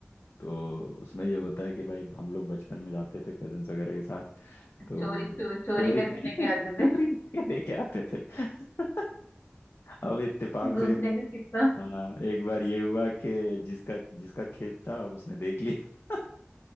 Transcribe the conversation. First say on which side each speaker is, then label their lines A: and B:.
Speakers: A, on the left; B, on the left.
A: तो उसमें ये होता है कि भाई हम लोग बचपन में जाते थे कजन्स वगैरह के साथ तो
B: चोरी चो, चोरी
A: चोरी
B: करके
A: <laughs> चोरी
B: लेके आते थे
A: करके लेके आते थे <laughs> अब इत्तेफाक
B: दूसरे
A: से
B: का किस्सा
A: हाँ एक बार ये हुआ कि जिसका जिसका खेत था उसने देख लिया